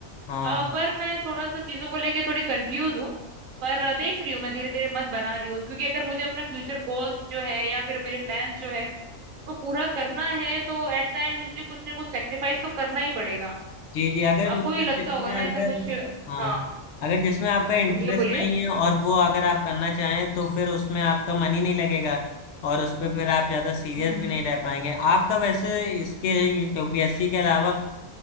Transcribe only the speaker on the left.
हाँ
जी जी अगर
मतलब
जिसमें
अगर
हाँ
अगर जिसमें आपका इंटरेस्ट
नहीं है और वो अगर आप करना चाहें तो फिर उसमें आपका मन ही नहीं लगेगा और उस पर फिर आप ज़्यादा सीरियस
भी नहीं रह पाएंगे आपका वैसे इसके यूपीएससी के अलावा